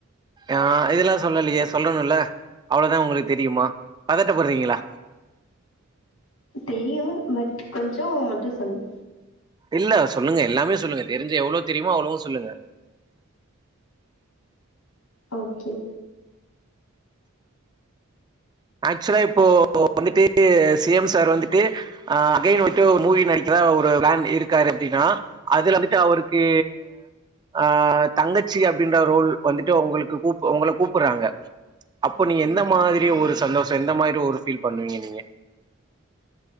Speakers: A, on the right (about 20°); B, on the left (about 90°).
A: ஆ இதெல்லா சொல்லலியே சொல்லணுல அவ்ளதா உங்களுக்கு தெரியுமா பதட்டப்படுறீங்களா
B: தெரியு பட் கொஞ்சோ மட்டு சொல்லு
A: இல்ல சொல்லங்க எல்லாமே சொல்லுங்க தெரிஞ்சு எவ்ளோ தெரியுமோ அவ்ளோவு சொல்லுங்க
B: ஓகே
A: ஆக்சுலா இப்போ வந்துட்டு சி எம் சார் வந்துட்டு ஆ அகைன் வந்துட்டு ஒரு மூவி நடிக்குறதா ஒரு ப்ளான் இருக்காரு அப்டின்னா அது வந்துட்டு அவருக்கு அ தங்கச்சி அப்டின்ற ரோல் வந்துட்டு உங்களுக்கு கூப் உங்கள கூப்புறாங்க அப்போ நீங்க எந்த மாதிரி ஒரு சந்தோஷோ எந்த மாரி ஒரு ஃபீல் பண்ணுவீங்க நீங்க